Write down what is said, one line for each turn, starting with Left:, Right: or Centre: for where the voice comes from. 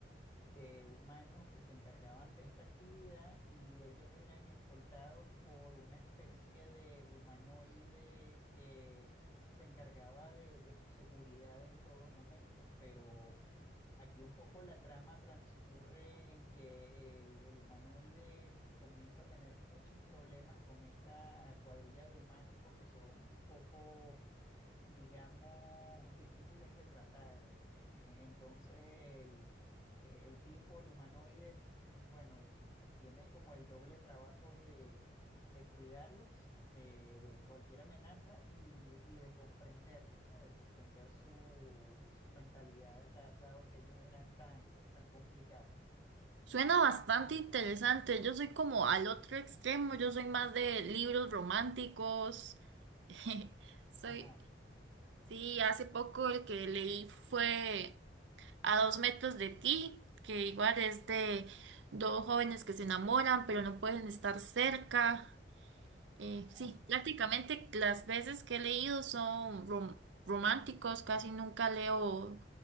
Left: de humanos que se encargaban de esta actividad y ellos eran escoltados por una especie de humanoide que se encargaba de, de su seguridad en todo momento, pero aquí un poco la trama transcurre en que el, el humanoide comienza a tener muchos problemas con esta cuadrilla de humanos porque son un poco digamos, difíciles de tratar. Eh, Entonces, el, eh, el tipo, el humanoide, bueno, tiene como el doble trabajo de, de cuidarlos de, de cualquier amenaza y, y de comprenderlos, ¿no? De comprender su, sus mentalidades, da- dado que ellos eran tan, tan complicados.
Right: Suena bastante interesante. Yo soy como al otro extremo. Yo soy más de libros románticos. <laughs> Soy,
Left: Ajá,
Right: sí, hace poco el que leí fue A dos metros de ti, que igual es de dos jóvenes que se enamoran, pero no pueden estar cerca. Eh,
Left: ajá.
Right: sí, prácticamente las veces que he leído son rom- románticos, casi nunca leo